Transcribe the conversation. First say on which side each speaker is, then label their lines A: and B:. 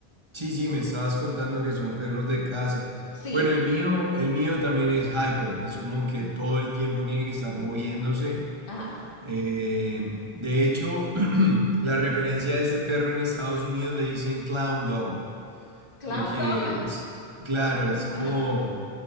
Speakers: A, on the right; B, on the left.
A: Sí, sí, me estabas contando que son perros de casa.
B: Sí,
A: Bueno, el mío, el mío también es hyper, es como que todo el tiempo tiene que estar moviéndose.
B: ajá.
A: Eh, de hecho, <clears throat> la referencia de este perro en Estados Unidos le dicen clown dog,
B: Clown
A: porque
B: dog,
A: es, claro, es como
B: ajá.